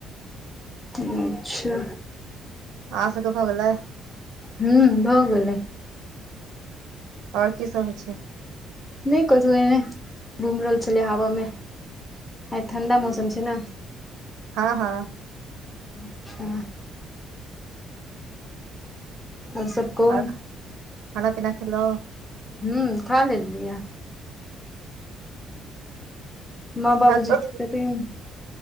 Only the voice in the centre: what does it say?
अच्छा
हूंम्म भऽ गेले
नइ कथु एहिनै <unintelligible> घुम रहल छलै हवा मे आइ ठण्डा मौसम छै ने
अच्छा और सब कहू
हूंम्म खा लेलिये माँ बाबू
जी
ठीक छथिन